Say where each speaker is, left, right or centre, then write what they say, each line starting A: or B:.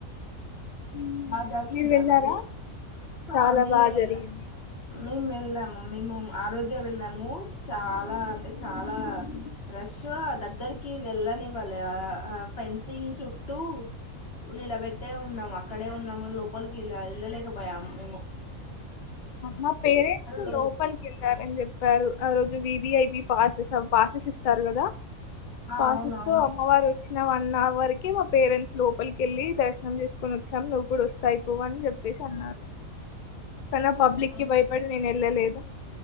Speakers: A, on the left (about 65°); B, on the left (about 45°).
A: హ్మ్.
B: బాజరిగింద
A: మీరు వెళ్లారా?
B: మరి సా
A: చాలా
B: మేవెఎల
A: బా జరిగింది.
B: మేము వెళ్ళాము. మేము ఆ రోజే వెళ్ళాము. చాలా అంటే చాలా రష్ ఆ దగ్గరికి వెళ్ళనివ్వలె. ఆ ఫెన్సింగ్ చుట్టూ నిలబెట్టే ఉన్నాముక్ అక్కడే ఉన్నామ లోపలకి వెళ్ళా వెళ్ళలేకపోయాం ము
A: మా పేరెంట్స్
B: లో
A: లోపలికి వెళ్ళారని చెప్పారు ఆ రోజు విఐ మీ పాసెస్ పాసెస్ ఇస్తారు కదా
B: ఆ
A: పాసెస్తో
B: అవునవును
A: అమ్మవారు వచ్ వన్ అవర్ కి మా పేరెంట్స్ లోపలికెళ్ళి దర్శనం చేసుకొని వచ్చాం. నువ్వు కూడా వస్తే అయిపోవు అని చెప్పేసి అన్నారు. కాన్నా
B: కానీ
A: పబ్లిక్
B: చాలా
A: కి భయపడి
B: రష్
A: నేను వెళ్ళలేదు